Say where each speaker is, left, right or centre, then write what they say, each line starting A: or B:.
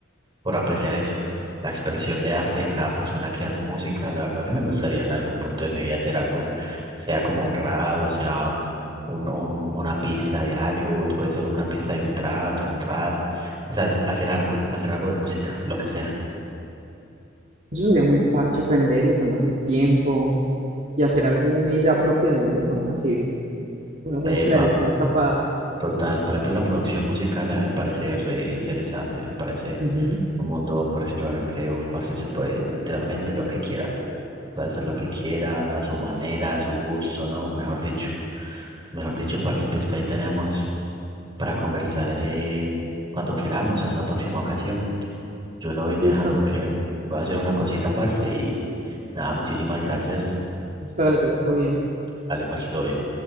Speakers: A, on the right; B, on the right.
A: por apreciar eso, la expresión de arte de cada persona que hace música. La verdad, a mí me gustaría en algún punto de mi vida hacer algo, sea como un rap, o sea, un, un- una pista de algo, puede ser una pista de un trap, de un rap, o sea, hacer algo, hacer algo de música, lo que sea.
B: Eso sería muy parche aprenderlo, tomarse el tiempo y hacer alguna idea propia de uno, hacer una muestra
A: Epa.
B: de lo que uno es capaz.
A: Total, por ejemplo, la producción musical a mí me parece re interesante, me parece
B: Ujú,
A: un mundo por explorar que, uf, parce, se puede literalmente lo que quiera, puede hacer lo que quiera, a su manera, a su gusto, ¿no? Mejor dicho, mejor dicho, parce, pues ahí tenemos para conversar eh, cuando queramos en una próxima ocasión. Yo lo voy dejando
B: Listo,
A: que voy a hacer una cosita, parce, y nada, muchísimas gracias.
B: listo, dale, pues, todo bien.
A: Dale, parce, todo bien.